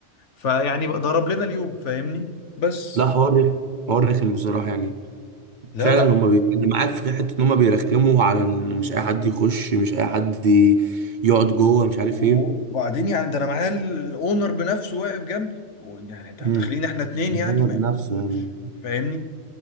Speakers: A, on the left; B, on the right.
A: فيعني بقى ضرب لنا اليوم فاهمني بس
B: لا حوار رخم حوار رخم بصراحة يعني
A: لا
B: فعلا
A: لا
B: هما بي... أنا معاك في حتة ان هما بيرخموا على ان مش اي حد يخش مش اي حد ي- يقعد جوه مش عارف
A: وبعدين
B: ايه
A: يعني ده انا معايا الاونر بنفسه واقف جنبي و- يعني ده-
B: مم.
A: داخلين احنا اتنين يعني
B: هو
A: ما
B: بنفسه يعني
A: مش- فاهمني